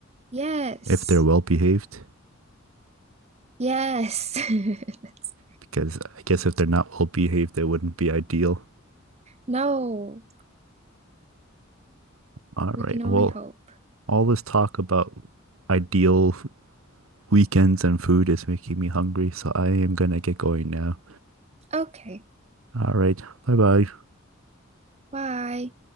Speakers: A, on the right; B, on the right.
A: Yes.
B: if they're well behaved.
A: Yes. <laughs>
B: Because I guess if they're not well behaved, they wouldn't be ideal.
A: No,
B: All
A: we can
B: right.
A: only
B: Well,
A: hope.
B: all this talk about ideal weekends and food is making me hungry, so I am gonna get going now.
A: Okay,
B: All right. Bye bye.
A: bye.